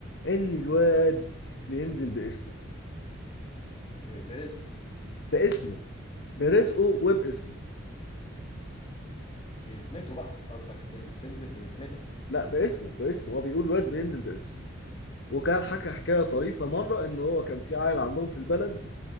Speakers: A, on the left; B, on the left.
A: إن الواد بينزل باسمه
B: ب- برزقه
A: باسمه برزقه وباسمه
B: باسمته بقى قصدك ب- بتنزل باسمتها
A: لا باسمه باسمه هو بيقول واد بينزل باسمه وكان حكى حكاية طريفة مرة إن هو كان في عيل عندهم في البلد